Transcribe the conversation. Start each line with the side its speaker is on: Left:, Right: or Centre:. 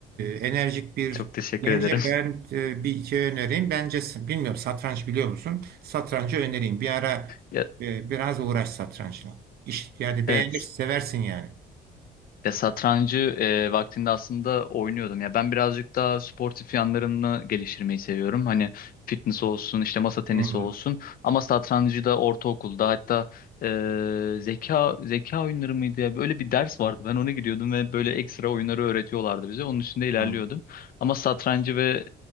Right: enerjik bir
Left: Çok teşekkür
Right: gence
Left: ederim. <laughs>
Right: ben e, bir şey önereyim. Bence s- bilmiyorum satranç biliyor musun? Satrancı önereyim. Bir ara
Left: Ya,
Right: e, biraz uğraş satrançla. İş, yani beğenir,
Left: evet.
Right: seversin yani.
Left: Ya satrancı e, vaktinde aslında oynuyordum. Ya ben birazcık daha sportif yanlarını geliştirmeyi seviyorum. Hani fitness olsun, işte masa tenisi
Right: Hmm.
Left: olsun. Ama satrancı da ortaokulda hatta e, zeka zeka oyunları mıydı ya? Böyle bir ders vardı. Ben ona gidiyordum ve böyle ekstra oyunları öğretiyorlardı bize. Onun üstünde ilerliyordum.
Right: Hmm.
Left: Ama satrancı ve